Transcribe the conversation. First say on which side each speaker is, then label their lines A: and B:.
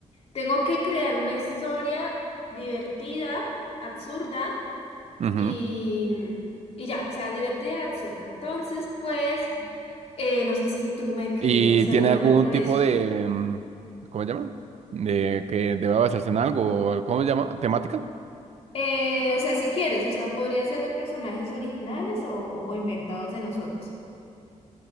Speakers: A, on the left (about 50°); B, on the right (about 60°).
A: Tengo que crear una historia divertida, absurda
B: Ujú.
A: y, y ya, o sea, divertida, absurda. Entonces, pues, eh, no sé si tú me querías
B: ¿Y tiene
A: ayudar
B: algún
A: con
B: tipo
A: eso.
B: de, mm, ¿cómo se llama? De que deba basarse en algo, al- ¿cómo se llama? ¿Temática?
A: Eh, o sea, si quieres, o sea, podría ser de personajes originales o, o inventados de nosotros.